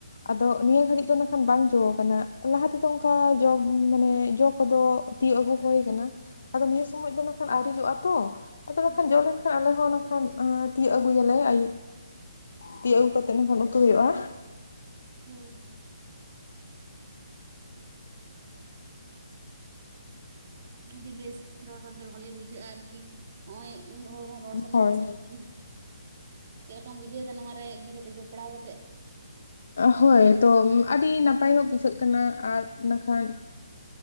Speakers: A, on the left; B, on the right.
A: ᱟᱫᱚ ᱱᱤᱭᱟᱹ ᱜᱷᱟᱹᱲᱤᱜ ᱫᱚ ᱱᱟᱜᱠᱷᱟᱱ ᱵᱟᱝ ᱡᱚ ᱠᱟᱱᱟ ᱞᱟᱦᱟ ᱛᱮᱫᱚ ᱚᱝᱠᱟ ᱡᱚ ᱢᱟᱱᱮ ᱡᱚ ᱠᱚᱫᱚ ᱛᱤᱭᱳᱜ ᱟᱹᱜᱩ ᱦᱩᱭ ᱠᱟᱱᱟ᱾ ᱟᱫᱚ ᱱᱤᱭᱟᱹ ᱥᱚᱢᱚᱭ ᱫᱚ ᱱᱟᱠᱷᱟᱱ ᱟᱣᱨᱤ ᱡᱚᱜᱼᱟ ᱛᱚ ᱟᱫᱚ ᱱᱟᱠᱷᱟᱱ
B: ᱦᱳᱭ
A: ᱡᱚ ᱞᱮᱱ ᱠᱷᱟᱭ ᱟᱞᱮ ᱦᱚᱸ ᱱᱚᱝᱠᱷᱟᱱ ᱛᱤᱭᱟᱹᱜ ᱟᱹᱜᱩᱭᱟᱞᱮ ᱟᱹᱭᱩᱵ ᱛᱤᱭᱩᱜ ᱟᱹᱜᱩ ᱠᱟᱛᱮᱜ ᱮᱱᱠᱷᱟᱱ ᱩᱛᱩᱭ ᱦᱩᱭᱩᱜᱼᱟ᱾
B: ᱦᱳᱭ, ᱟᱹᱰᱤ ᱵᱮᱥ ᱨᱚᱲ ᱠᱟᱛᱮᱜ ᱵᱷᱟᱜᱮ ᱵᱩᱡᱷᱟᱹᱜᱼᱟ ᱟᱨᱠᱤ ᱦᱸᱚᱜᱼᱚᱭ ᱩᱱᱟᱹᱜ ᱦᱚᱲ ᱦᱚᱸ ᱨᱚᱲ ᱠᱟᱱᱟ
A: ᱦᱳᱭ ᱦᱳᱭ
B: <unintelligible> ᱪᱮᱜ ᱞᱮᱠᱟᱢ ᱵᱩᱡᱷᱟᱹᱣ ᱫᱟ ᱱᱚᱣᱟ ᱨᱮ ᱤᱭᱟᱹ ᱠᱟᱛᱮᱜ ᱡᱚᱯᱲᱟᱣ ᱠᱟᱛᱮᱜ?
A: ᱦᱳᱭ ᱛᱚ ᱟᱹᱰᱤ ᱱᱟᱯᱟᱭ ᱦᱚᱸ ᱵᱩᱡᱷᱟᱹᱜ ᱠᱟᱱᱟ ᱟᱨ ᱮᱱᱟᱠᱷᱟᱱ